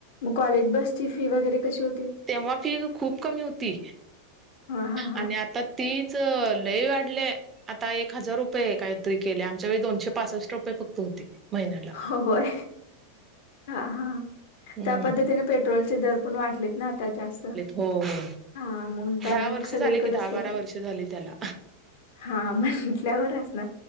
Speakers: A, on the left (about 50°); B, on the right (about 25°).
A: मग कॉलेज बसची फी वगैरे कशी हो
B: तेव्हा फी खूप कमी होती
A: हा हा हा
B: आणि आता तीच त लय वाढले, आता एक हजार रुपये काहीतरी केल्या आमच्या वेळी दोनशे पासष्ट रुपये फक्त होती. महिन्याला
A: हो होय हा हा
B: हम्म्
A: त्या पद्धतीने पेट्रोलचे दर पण वाढलेत ना आता जास्त
B: हो हो
A: हा <unintelligible> त्यांना
B: दहा
A: मग
B: वर्ष
A: सगळीकडच
B: झाले की दहा बारा
A: तर
B: वर्ष झाली त्याला
A: हा म्हटल्यावर असणार,